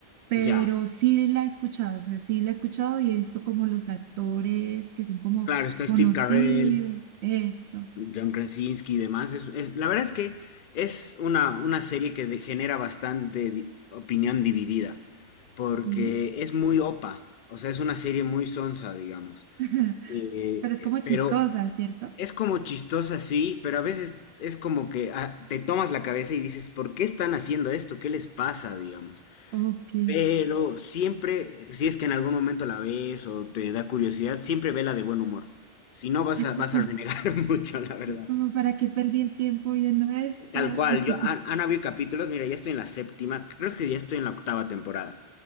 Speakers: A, on the right; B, on the left.
A: pero
B: Ya,
A: sí la he escuchado, o sea, sí la he escuchado y he visto como los actores que son como
B: claro, está
A: conocidos,
B: Steve Carell.
A: eso,
B: John Krasinski y demás. Es, es- la verdad es que es una, una serie que de- genera bastante di- opinión dividida, porque
A: sí,
B: es muy opa, o sea, es una serie muy sonsa, digamos.
A: <laughs>
B: Eh,
A: pero es
B: eh,
A: como chistosa,
B: pero
A: ¿cierto?
B: es como chistosa, sí, pero a veces es como que ah, te tomas la cabeza y dices, ¿por qué están haciendo esto? ¿Qué les pasa, digamos?
A: Ok,
B: Pero siempre, si es que en algún momento la ves o te da curiosidad, siempre vela de buen humor. Si no, vas
A: <laughs>
B: a, vas a renegar <laughs> mucho, la verdad.
A: como para qué perdí el tiempo viendo esto.
B: Tal cual,
A: <laughs>
B: yo han, han habido capítulos, mira, ya estoy en la séptima, creo que ya estoy en la octava temporada.